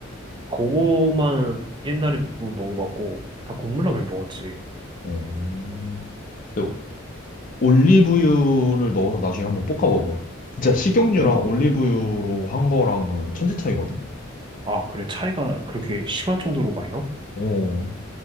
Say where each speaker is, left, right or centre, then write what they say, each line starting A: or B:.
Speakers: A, on the right; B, on the left.
A: 그거만 옛날에 뭐 먹어봤고, 다 국물라면 먹었지.
B: 어. 어. 어. 올리브유를 넣어서 나중에 한번 볶아 먹어. 진짜 식용유랑
A: 그러니까.
B: 올리브유로 한 거랑은 천지 차이거든?
A: 아, 그래. 차이가 그렇게 심할 정도로 많이 나?
B: 어,